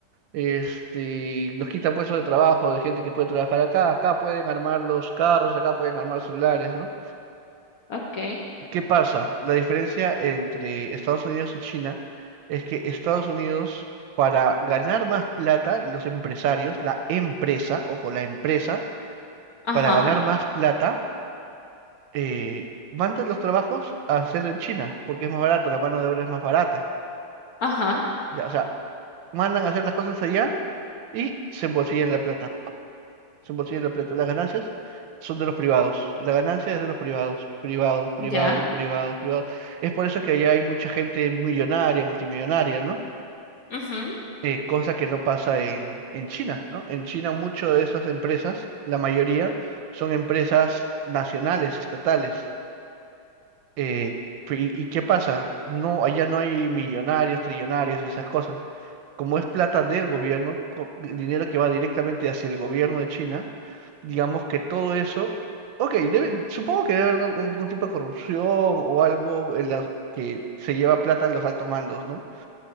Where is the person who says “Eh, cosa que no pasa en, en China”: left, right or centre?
Right